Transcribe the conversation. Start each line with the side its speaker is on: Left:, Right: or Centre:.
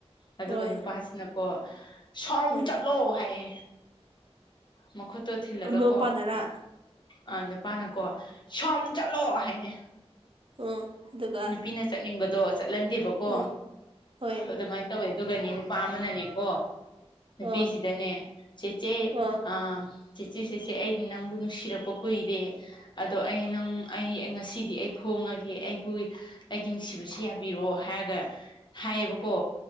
Left: ꯑꯗꯨꯒ
Right: ꯍꯣꯏ
Left: ꯅꯨꯄꯥꯁꯤꯅꯀꯣ ꯁꯣꯝ
Right: ꯍꯣꯏ
Left: ꯆꯠꯂꯣ ꯍꯥꯏꯌꯦ ꯃꯈꯨꯠꯇꯣ ꯊꯤꯜꯂꯒ
Right: ꯃꯄꯥꯟꯗꯔꯥ
Left: ꯀꯣ ꯑꯥ ꯅꯨꯄꯥꯅꯀꯣ ꯁꯣꯝ ꯆꯠꯂꯣ ꯍꯥꯏꯌꯦ
Right: ꯎꯝ ꯑꯗꯨꯒ
Left: ꯅꯨꯄꯤꯅ ꯆꯠꯅꯤꯡꯕꯗꯣ ꯆꯠꯍꯟꯗꯦꯕꯀꯣ
Right: ꯎꯝ ꯍꯣꯏ
Left: ꯑꯗꯨꯃꯥꯏꯅ ꯇꯧꯋꯦ ꯑꯗꯨꯒꯅꯤ ꯅꯨꯄꯥ ꯑꯃꯅ ꯃꯦꯀꯣ ꯅꯨꯄꯤꯁꯤꯗꯅꯦ
Right: ꯑꯣ
Left: ꯆꯦ ꯆꯦ
Right: ꯑꯣ
Left: ꯑ ꯆꯦꯆꯦ ꯆꯦꯆꯦ ꯑꯩꯩꯅ ꯅꯪꯕꯨ ꯅꯨꯡꯁꯤꯔꯛꯄ ꯀꯨꯏꯔꯦ ꯑꯗꯣ ꯑꯩ ꯅꯪ ꯑꯩ ꯉꯁꯤꯗꯤ ꯑꯩ ꯐꯣꯡꯉꯒꯦ ꯑꯩꯕꯨ ꯑꯩꯒꯤ ꯅꯨꯡꯁꯤꯕꯁꯤ ꯌꯥꯕꯤꯔꯣ ꯍꯥꯏꯔꯒ ꯍꯥꯏꯌꯦꯕꯀꯣ